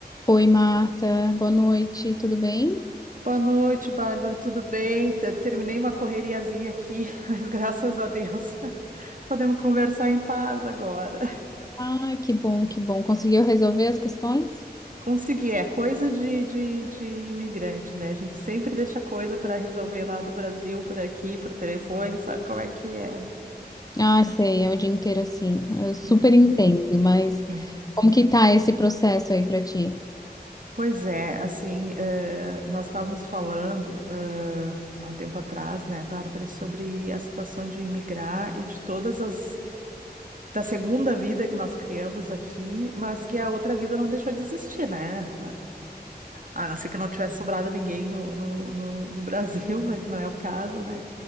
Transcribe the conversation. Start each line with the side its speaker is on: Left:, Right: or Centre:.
Left: Oi, Marta. Boa noite, tudo bem?
Right: Boa noite, Bárbara. Tudo bem? Te- Terminei uma correriazinha aqui, <laughs> mas graças a Deus <laughs> podemos conversar em paz agora.
Left: Ah, que bom, que bom. Conseguiu resolver as questões?
Right: Consegui, é coisa de, de, de imigrante, né? A gente sempre deixa coisa para resolver lá do Brasil, por aqui, por telefone, sabe como é que é.
Left: Ah, sei, é o dia inteiro assim. Eu super
Right: <laughs>
Left: entendo, mas
Right: Uhum.
Left: como que tá esse processo aí pra ti?
Right: Pois é, assim, eh, nós estávamos falando, eh, há um tempo atrás, né, Bárbara, sobre a situação de imigrar e de todas as da segunda vida que nós criamos aqui, mas que a outra vida não deixou de existir, né? A não ser que não tivesse sobrado ninguém no, no, no, no Brasil, <laughs> mas que não é o caso, né?